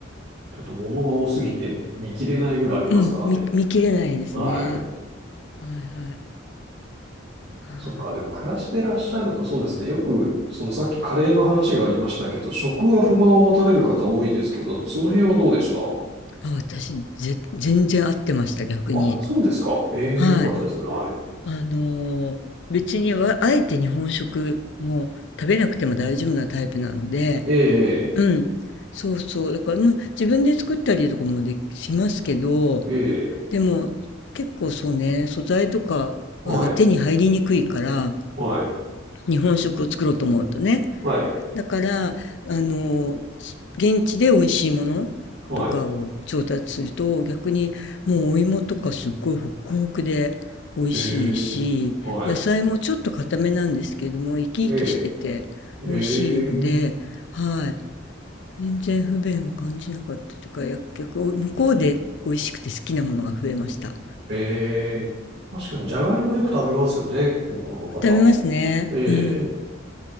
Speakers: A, on the right; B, on the left.
A: ちょっと物が多すぎて見切れないぐらいありますからね。
B: うん、見、見切れないですね。
A: はい。
B: はいはい。はい。
A: そっか、でも暮らしてらっしゃるとそうですね。よく、そのさっきカレーの話がありましたけど、食は不満を持たれる方多いですけど、その辺はどうでした
B: あ、私、ぜ、全然合ってました、逆に。
A: あ、そうですか。ええ、
B: はい。
A: よかったですね。はい。
B: あのー別にわあえて日本食も食べなくても大丈夫なタイプなので、
A: ええ、
B: うん、そうそう、だから、まあ、自分で作ったりとかもできしますけど、
A: ええ、
B: でも結構そうね、素材とかは手に入りにくいから、
A: はい、はい、
B: 日本食を作ろうと思うとね、
A: はい、
B: だから、あの、現地で美味しいものとかを調達すると、
A: はい。
B: 逆にもうお芋とかすっごいホクホクで美味しいし、
A: ええ、はい、
B: 野菜もちょっと固めなんですけれども、生き生きしてて美味しいので、
A: ええ、ええ、
B: はい。全然不便を感じなかったというか、や逆向こうで美味しくて好きなものが増えました。
A: ええ。確かに、じゃがいもよく食べますよね。向こうの方。
B: 食べますね。
A: ええ。
B: うん。